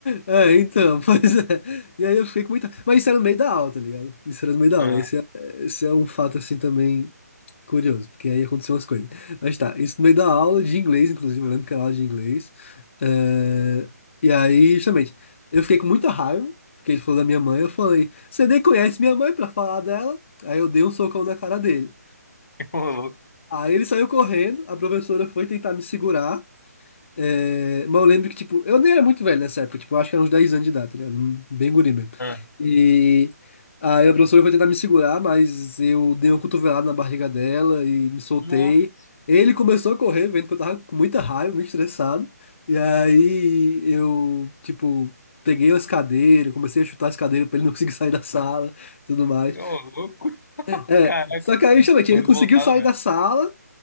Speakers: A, on the left; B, on the left.
A: É, então, <laughs> pois é. E aí eu fiquei com muita. Mas isso era no meio da aula, tá ligado? Isso era no meio da
B: Ah.
A: aula. Esse é, esse é um fato assim também Curioso, porque aí aconteceu umas coisas. Mas tá, isso no meio da aula de inglês, inclusive, eu lembro que era aula de inglês. Eh, E aí, justamente, eu fiquei com muita raiva, porque ele falou da minha mãe, eu falei, você nem conhece minha mãe pra falar dela? Aí eu dei um socão na cara dele.
B: <laughs> Ô, louco.
A: Aí ele saiu correndo, a professora foi tentar me segurar, é, mas eu lembro que, tipo, eu nem era muito velho nessa época, tipo, eu acho que era uns 10 anos de idade, tá ligado? Um- Bem guri mesmo.
B: Ah.
A: E aí a professora foi tentar me segurar, mas eu dei uma cotovelada na barriga dela e me soltei.
B: Nossa,
A: Ele começou a correr, vendo que eu tava com muita raiva, muito estressado. E aí eu, tipo, peguei as cadeiras, comecei a chutar as cadeiras pra ele não conseguir sair da sala e tudo mais.
B: ô, louco. <laughs>
A: É,
B: Caraca,
A: só que aí, justamente,
B: tô
A: ele
B: revoltado
A: conseguiu sair
B: mesmo.
A: da sala.